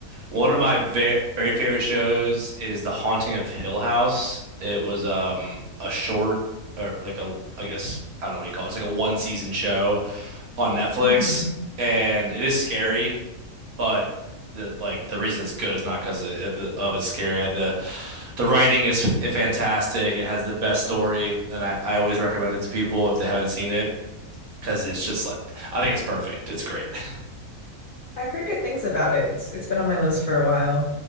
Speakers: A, on the right (about 70°); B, on the left (about 80°).
A: One of my very very favorite shows is The Haunting of Hill House. It was um a short or like a I guess I don't know what you call it. It's like a one season show on Netflix
B: hmm
A: and it is scary, but the like the reason it's good is not because of, of the- of it's scary. The the writing is f fantastic. It has the best story and I I always recommend it to people if they haven't seen it because it's just like I think it's perfect. It's great. <laughs>
B: I've heard good things about it. It's it's been on my list for a while.